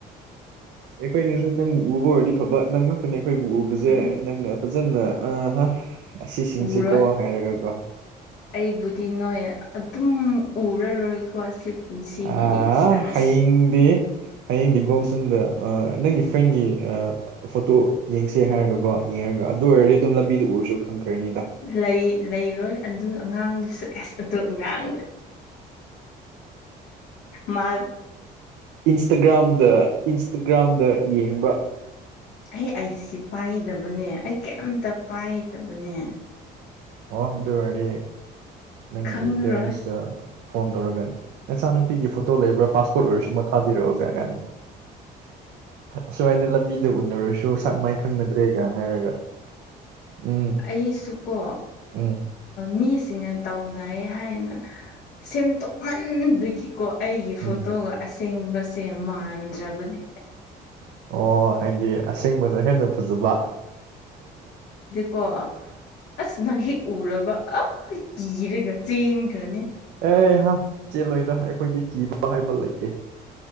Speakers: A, on the right; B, on the left.
A: ꯑꯩꯈꯣꯏꯅꯁꯨ ꯅꯪ ꯎꯕ ꯑꯣꯏꯔꯗꯤ ꯐꯕ ꯅꯪ ꯑꯩꯅ ꯑꯩꯈꯣꯏꯕꯨ ꯎꯕꯁꯦ
B: ꯎꯝ
A: ꯅꯪꯅ ꯐꯖꯅ ꯑ ꯑꯁꯤꯁꯤꯡꯁꯤꯀꯣ
B: ꯎꯔꯣꯏ
A: ꯍꯥꯏꯔꯒ ꯀꯣ
B: ꯑꯩꯕꯨꯗꯤ ꯅꯣꯏ ꯑꯗꯨꯝ ꯎꯔꯔꯣꯏꯀꯣ ꯁꯤ ꯄꯨꯟꯁꯤꯒꯤꯗꯤ
A: ꯑ
B: ꯑꯁ ꯑꯁ
A: ꯍꯌꯦꯡꯗꯤ ꯍꯌꯦꯡꯗꯤ ꯒꯣꯜꯁꯟꯗ ꯅꯪꯒꯤ ꯐ꯭ꯔꯦꯟꯒꯤ ꯐꯣꯇꯣ ꯌꯦꯡꯁꯦ ꯍꯥꯏꯔꯒꯀꯣ ꯌꯦꯡꯉꯔꯒ ꯑꯗꯨ ꯑꯣꯏꯔꯗꯤ ꯑꯗꯨꯝ ꯂꯝꯕꯤꯗꯨ ꯎꯔꯁꯨ ꯈꯪꯈ꯭ꯔꯅꯤꯗ
B: ꯂꯩ ꯂꯩꯔꯣꯏ ꯑꯗꯨ ꯑꯉꯥꯡꯗꯨꯁꯨ ꯑꯦꯁ ꯑꯗꯨ ꯉꯥꯡꯗ꯭ꯔ ꯃꯥ
A: ꯏꯟꯁꯇꯒ꯭ꯔꯥꯝꯗ ꯏꯟꯁꯇꯒ꯭ꯔꯥꯝꯗ ꯌꯦꯡꯕ
B: ꯑꯩ ꯑꯩꯁꯤ ꯄꯥꯏꯗꯕꯅꯦ ꯑꯩ ꯀꯩꯝꯇ ꯄꯥꯏꯗꯕꯅꯦ
A: ꯑꯣ ꯑꯗꯨ ꯑꯣꯏꯔꯗꯤ ꯅꯪꯒꯤ
B: ꯈꯪꯉꯔꯣꯏ
A: ꯄꯦꯔꯦꯟꯁꯇ ꯐꯣꯟ ꯇꯧꯔꯒꯅꯤ ꯅꯆꯥꯅꯨꯄꯤꯒꯤ ꯐꯣꯇꯣ ꯂꯩꯕ꯭ꯔꯥ ꯄꯥꯁꯄꯣꯔꯠ ꯑꯣꯏꯔꯁꯨ ꯑꯃ ꯊꯥꯕꯤꯔꯛꯑꯣꯒ ꯀꯅꯩ ꯑꯁꯨꯃꯥꯏꯅ ꯂꯝꯕꯤꯗ ꯎꯅꯔꯁꯨ ꯁꯥꯛ ꯃꯥꯏ ꯈꯪꯅꯗ꯭ꯔꯦꯒ ꯍꯥꯏꯔꯒ ꯎꯝ
B: ꯑꯩꯁꯨ ꯀꯣ
A: ꯎꯝ
B: ꯃꯤꯁꯤꯡꯅ ꯇꯥꯎꯅꯩ ꯍꯥꯏꯅ ꯁꯦꯝꯗꯣꯛ ꯃꯟꯕꯗꯒꯤꯀꯣ ꯑꯩꯒꯤ ꯐꯣꯇꯣꯒ
A: ꯎꯝ
B: ꯑꯁꯦꯡꯕꯁꯦ ꯃꯥꯟꯗ꯭ꯔꯕꯅꯦ
A: ꯑꯣ ꯍꯥꯏꯗꯤ ꯑꯁꯦꯡꯕꯅ ꯍꯦꯟꯅ ꯐꯖꯕ
B: ꯀꯣ ꯑꯁ ꯅꯪꯍꯦꯛ ꯎꯔꯕ ꯑ ꯀꯤꯔꯒ ꯆꯦꯟꯈ꯭ꯔꯅꯤ
A: ꯑꯦꯍꯥ ꯆꯦꯜꯂꯣꯏꯗ ꯑꯩꯈꯣꯏꯗꯤ ꯀꯤꯕ ꯍꯥꯏꯕ ꯂꯩꯇꯦ